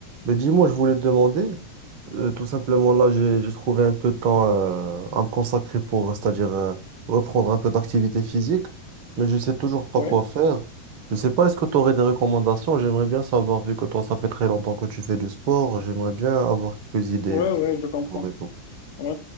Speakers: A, on the right (about 45°); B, on the left (about 50°).
A: Mais dis-moi, je voulais te demander, euh, tout simplement là, j'ai j'ai trouvé un peu de temps euh, à me consacrer pour, c'est-à-dire euh, reprendre un peu d'activité physique, mais je sais toujours pas
B: Ouais,
A: quoi faire. Je sais pas, est-ce que tu aurais des recommandations? J'aimerais bien savoir, vu que toi, ça fait très longtemps que tu fais du sport, j'aimerais bien avoir quelques idées
B: ouais,
A: de
B: ouais, je comprends.
A: sport et tout.
B: Ouais.